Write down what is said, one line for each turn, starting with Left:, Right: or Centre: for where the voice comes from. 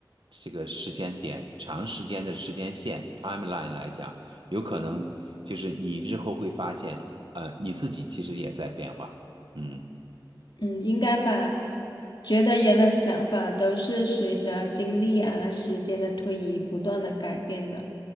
Right: 这个时间点、长时间的时间线 （timeline） 来讲，有可能就是你日后会发现，呃，你自己其实也在变化。嗯，
Left: 嗯，应该吧。觉得人的想法都是随着经历啊、时间的推移不断的改变的。